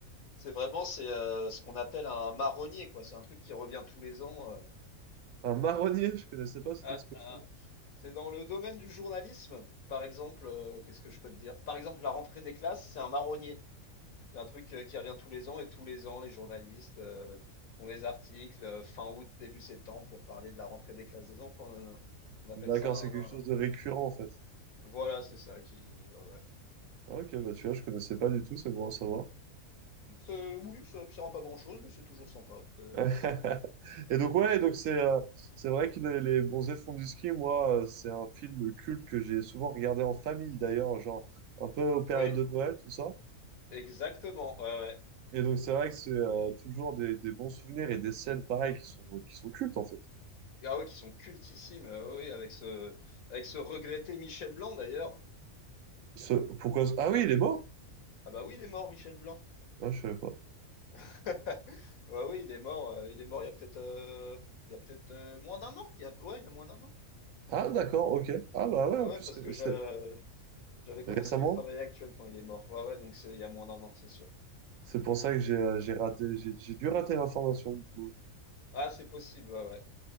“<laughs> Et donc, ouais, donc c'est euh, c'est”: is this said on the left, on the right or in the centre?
Right